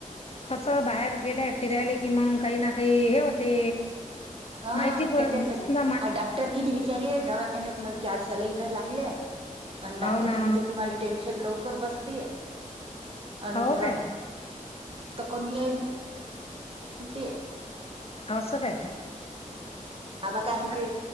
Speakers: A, on the left; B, on the right.
A: कस बाहेर गेलेय फिरायला. कि मग काही ना काही हे होते.
B: हा
A: माहिती पण
B: त्याच्यासाठी
A: समजा मा
B: डॉक्टर कि नाही विचारी दवाखान्यात मला चार सलईन लागल्या. आणि
A: हो
B: डाक्टर
A: ना
B: म्हणते तुम्हाला टेन्शन लवकर बसतेय. अंद
A: हो
B: र
A: काय
B: आता कमी आहे म्ह. ते.
A: असस का.
B: बाबा काय